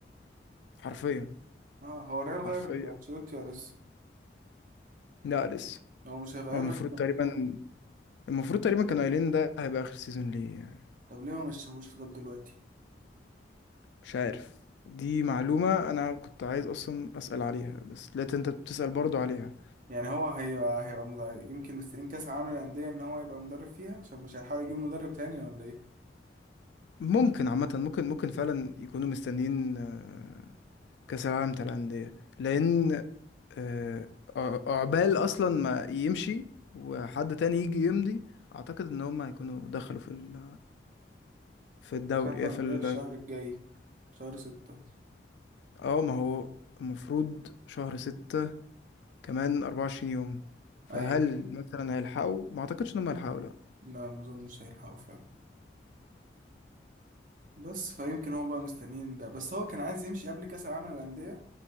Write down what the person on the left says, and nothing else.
حرفيا
حرفيا
لا لسه
هو المفروض
تقريبا
المفروض تقريبا كانوا قايلين ده هيبقى آخر سيزون ليه يعني.
مش عارف دي معلومة أنا كنت عايز أصلا أسأل عليها بس لقيت أنت بتسأل برضو عليها
ممكن عامة ممكن ممكن فعلا يكونوا مستنيين آه، كأس العالم بتاع الأندية لأن آه، ع- عقبال أصلا ما يمشي وحد تاني يجي يمضي أعتقد إن هما هيكونوا دخلوا في ال في
الدوري
آه، في ال
اه ما هو المفروض شهر ستة كمان أربعة وعشرين يوم فهل
مثلا هيلحقوا؟ ما أعتقدش إن هما هيلحقوا لأ